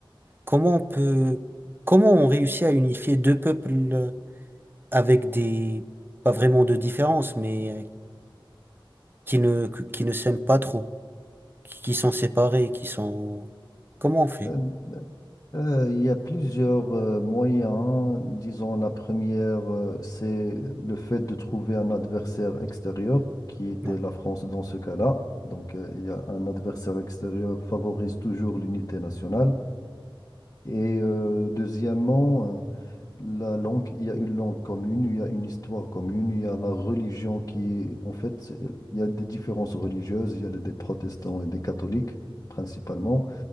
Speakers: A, on the right (about 25°); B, on the left (about 40°).
A: Comment on peut, comment on réussit à unifier deux peuples euh, avec des, pas vraiment de différence, mais qui ne, que- qui ne s'aiment pas trop, qui, qui sont séparés, qui sont... Comment on fait?
B: Euh, euh, il y a plusieurs euh, moyens. hein. Disons, la première, euh, c'est le fait de trouver un adversaire extérieur, qui était
A: Ouais,
B: la France dans ce cas-là. Donc, euh, il y a un adversaire extérieur favorise toujours l'unité nationale. Et euh, deuxièmement, La langue, il y a une langue commune, il y a une histoire commune, il y a la religion qui est, en fait, c'est- il y a des différences religieuses, il y a des protestants et des catholiques principalement,